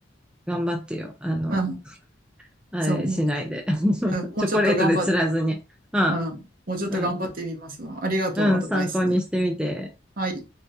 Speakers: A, in the centre; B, on the right.
A: 頑張ってよ。あの、
B: うん。
A: あれしないで。
B: そう、もう、
A: <laughs>
B: うん、もうちょっと頑張っ、
A: チョコレートで釣らずに。うん、
B: うん、もうちょっと頑張ってみますわ。
A: うん、
B: ありがとう、
A: うん、
B: アドバイス。
A: 参考にしてみて。
B: はい。